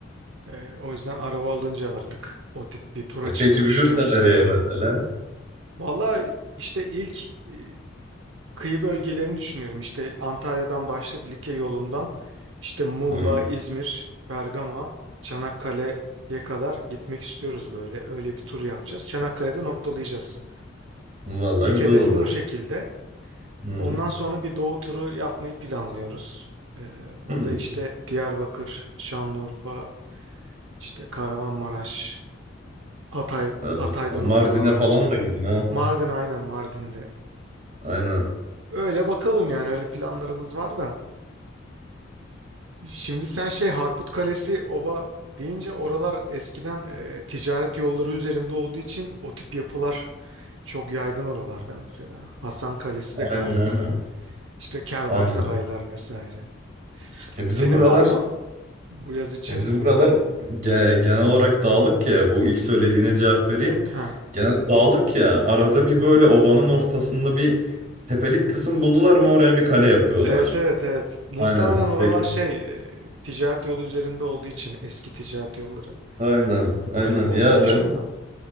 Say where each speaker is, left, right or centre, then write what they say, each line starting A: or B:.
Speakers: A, on the right (about 75°); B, on the right (about 40°).
A: E, o yüzden araba alınca artık o tip bir tura
B: E
A: çıkmayı
B: peki
A: düşünüyoruz.
B: büyürsen nereye mesela?
A: Valla işte ilk e, kıyı bölgelerini düşünüyorum. İşte Antalya'dan başlayıp Likya yolundan işte Muğla,
B: Hı.
A: İzmir, Bergama, Çanakkale'ye kadar gitmek istiyoruz böyle. Öyle bir tur yapacağız. Çanakkale'de noktalayacağız.
B: Vallahi
A: İlk
B: güzel
A: hedefim
B: olur.
A: o şekilde.
B: Hı.
A: Ondan sonra bir doğu turu yapmayı planlıyoruz. Ee, o
B: Hı.
A: da işte Diyarbakır, Şanlıurfa, işte Kahramanmaraş, Hatay,
B: Ha,
A: Hatay'da noktalanan.
B: Mardin'e falan da gidin ha.
A: Mardin aynen Mardin'de.
B: Aynen.
A: Öyle bakalım yani öyle planlarımız var da. Şimdi sen şey Harput Kalesi, Ova deyince oralar eskiden e, ticaret yolları üzerinde olduğu için o tip yapılar çok yaygın oralarda mesela. Hasan Kalesi
B: Aynen
A: de galiba.
B: aynen.
A: İşte kervansaraylar
B: Aynen.
A: vesaire.
B: Ya
A: Senin
B: bizim buralar
A: var mı bu yaz için?
B: ya bizim buralar ge- genel olarak dağlık ya. Bu ilk söylediğine cevap vereyim.
A: Ha.
B: Genel dağlık ya. Arada bir böyle ovanın ortasında bir tepelik kısım buldular mı oraya bir kale yapıyorlar.
A: Evet evet evet. Muhtemelen
B: Aynen.
A: oralar
B: Direkt-
A: şey e, ticaret yolu üzerinde olduğu için eski ticaret yolları.
B: Aynen. Aynen.
A: Öyle bir okumuştum
B: Ya benim
A: da.